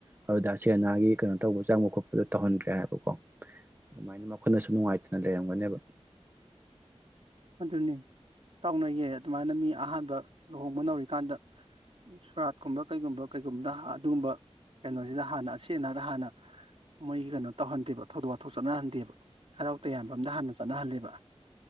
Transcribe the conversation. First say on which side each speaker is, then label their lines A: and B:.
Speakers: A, on the right; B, on the right.
A: ꯑꯗꯨꯗ ꯁꯤ ꯑꯅꯥꯒꯤ ꯀꯩꯅꯣ ꯇꯧꯕ ꯆꯪꯕ ꯈꯣꯠꯄꯗꯣ ꯇꯧꯍꯟꯗ꯭ꯔꯦ ꯍꯥꯏꯕꯀꯣ ꯑꯗꯨꯃꯥꯏꯅ ꯃꯈꯣꯏꯅꯁꯨ ꯅꯨꯡꯉꯥꯏꯇꯅ ꯂꯩꯔꯝꯒꯅꯦꯕ꯫
B: ꯑꯗꯨꯅꯤ ꯇꯧꯅꯩꯌꯦ ꯑꯗꯨꯃꯥꯏꯅ ꯃꯤ ꯑꯍꯥꯟꯕ ꯂꯨꯍꯣꯡꯕ ꯅꯧꯔꯤꯀꯥꯟꯗ ꯁꯣꯔꯥꯠꯀꯨꯝꯕ ꯀꯩꯒꯨꯝꯕ ꯀꯩꯒꯨꯝꯕꯗ ꯑꯗꯨꯒꯨꯝꯕ ꯀꯩꯅꯣꯁꯤꯗ ꯍꯥꯟꯅ ꯑꯁ ꯑꯅꯥꯗ ꯍꯥꯟꯅ ꯃꯣꯏꯒꯤ ꯀꯩꯅꯣ ꯇꯧꯍꯟꯗꯦꯕ ꯊꯧꯗꯣꯛ ꯋꯥꯊꯣꯛ ꯆꯠꯅꯍꯟꯗꯦꯕ꯫ ꯍꯔꯥꯎ ꯇꯌꯥꯝꯕ ꯑ ꯑꯃꯗ ꯍꯥꯟꯅ ꯆꯠꯅꯍꯜꯂꯦꯕ꯫